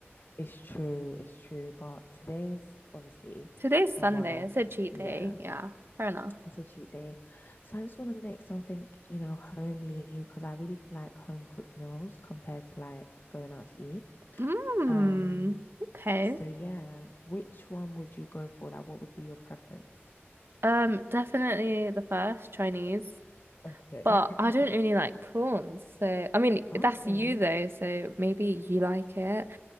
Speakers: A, on the left; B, on the right.
A: It's true, it's true. But today's obviously
B: <laughs> Today's
A: a
B: Sunday.
A: one-off.
B: It's a cheat
A: Yeah.
B: day. Yeah, fair enough.
A: It's a cheat day. So I just want to make something, you know, homely because I really like home cooked meals compared to like going out to eat.
B: Mmm.
A: Um,
B: Okay.
A: So yeah, which one would you go for? Like, what would be your preference?
B: Um, definitely the first Chinese,
A: Okay.
B: but I don't really
A: <laughs>
B: like prawns. So, I mean,
A: Okay,
B: that's you though. So maybe you like it.